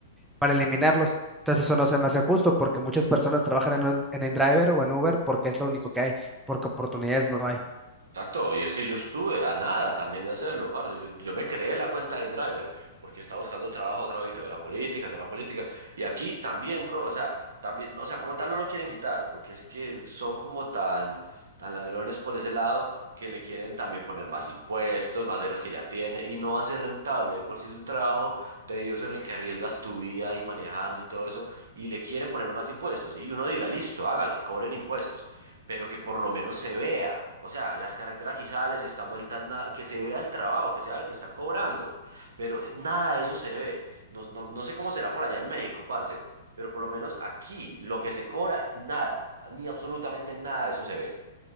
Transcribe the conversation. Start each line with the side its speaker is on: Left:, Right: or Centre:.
Centre: para eliminarlos. Entonces eso no se me hace justo porque muchas personas trabajan en, un- en InDriver o en Uber porque es lo único que hay, porque oportunidades no hay.
Right: Exacto, y es que yo estuve a nada también de hacerlo, parce. Yo, yo me creé la cuenta de InDriver porque estaba buscando trabajo, trabajito y todo era política, toda la política. Y aquí también, bro, o sea, también, no, o sea, como tal no lo quieren quitar porque es que son como tan, tan ladrones por ese lado que le quieren también poner más impuestos, más de los que ya tiene y no va a ser rentable. De por si es un trabajo tedioso en el que arriesgas tu vida y manejando y todo eso y le quieren poner más impuestos. Y uno diga, listo, hágale, cobren impuestos pero que por lo menos se vea. O sea, las carreteras quizás están vueltas nada, que se vea el trabajo, que se vea lo que están cobrando, pero eh, nada de eso se ve. No, no, no sé cómo será por allá en México, parce, pero por lo menos aquí lo que se cobra, nada, ni absolutamente nada de eso se ve.